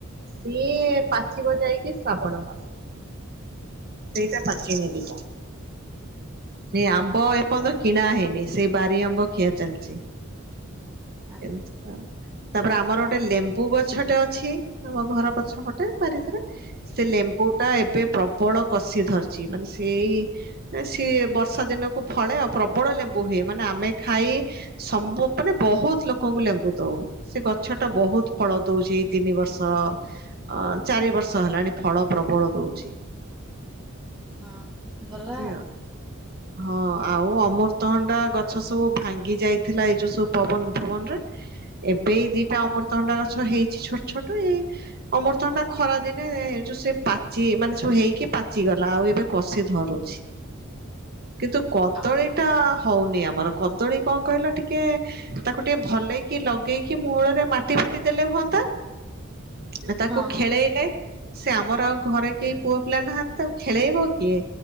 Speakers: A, on the right (about 50°); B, on the right (about 25°).
A: ସିଏ ପାଚିବ ଯାଇକି ଶ୍ରାବଣ ମାସରେ ସେଇଟା ପାଚିନି
B: ଓହୋ
A: ଏ ଦିଟା। ଏ ଆମ୍ବ ଏପର୍ଯ୍ୟନ୍ତ କିଣା ହେଇନି ସେଇ ବାରି ଆମ୍ବ ଖିଆ ଚାଲିଛି।
B: ଆଚ୍ଛା।
A: ଏମିତି ଆଉ ତାପରେ ଆମର ଗୋଟେ ଲେମ୍ବୁ ଗଛଟେ ଅଛି ଆମ ଘର ପଛପଟେ। ବାରି ଭିତରେ ସେ ଲେମ୍ବୁ ଟା ଏବେ ପ୍ରବଳ କଷି ଧରିଛି ମାନେ ସେଇ ନା ସିଏ ବର୍ଷା ଦିନକୁ ଫଳେ ଆଉ ପ୍ରବଳ ଲେମ୍ବୁ ହୁଏ ମାନେ ଆମେ ଖାଇ ସମ୍ବୁ ମାନେ ବହୁତ ଲୋକଙ୍କୁ ଲେମ୍ବୁଦଉ। ସେ ଗଛ ଟା ବହୁତ ଫଳ ଦଉଛି ଏଇ ତିନି ବର୍ଷ ଅ ଚାରି ବର୍ଷ ହେଲାଣି ଫଳ ପ୍ରବଳ ଦଉଛି।
B: ଅ ହଁ ଭଲ
A: ଏମିତି
B: ଆଉ‌।
A: ଆଉ। ହଁ ଆଉ ଅମୃତଭଣ୍ଡା ଗଛ ସବୁ ଭାଙ୍ଗି ଯାଇଥିଲା ଏଇ ଯୋଉ ସବୁ ପବନ ଫବନ ରେ। ଏବେ ଏଇ ଦିଟା ଅମୃତଭଣ୍ଡା ଗଛ ହେଇଛି ଛୋଟ ଛୋଟ ଏଇ ଅମୃତଭଣ୍ଡା ଖରା ଦିନେ ଏ ଯୋଉ ସେ ପାଚି ମାନେ ସବୁ ହେଇକି ପାଚିଗଲା ଆଉ ଏବେ କଷି ଧରୁଛି। କିନ୍ତୁ କଦଳୀ
B: ଆମ୍
A: ଟା ହଉନି ଆମର କଦଳୀ କଣ କହିଲ ଟିକେ ତାକୁ ଟିକେ ଭଲେକି ଲଗେଇକି ମୂଳରେ ମାଟି ଫାଟି ଦେଲେ ହୁଅନ୍ତା। ଏଟା
B: ହଁ
A: ତାକୁ। ଖେଳେଇଲେ ସେ ଆମର ଆଉ ଘରେ କେହି ପୁଅ ପିଲା ନାହାଁନ୍ତି ତାକୁ ଖେଳେଇବ କିଏ?